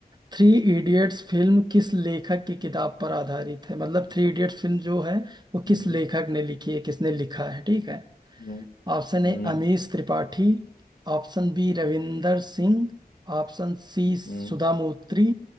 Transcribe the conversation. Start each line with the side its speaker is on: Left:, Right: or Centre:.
Right: थ्री इडियट्स फिल्म किस लेखक की किताब पर आधारित है मतलब थ्री इडियट्स फिल्म जो है वो किस
Left: हम्म,
Right: लेखक
Left: हम्म,
Right: ने लिखी है किसने लिखा है ठीक है
Left: हम्म,
Right: Option A
Left: हम्म,
Right: Amish Tripathi option B Ravinder Singh option C Sudha
Left: हम्म,
Right: Murthy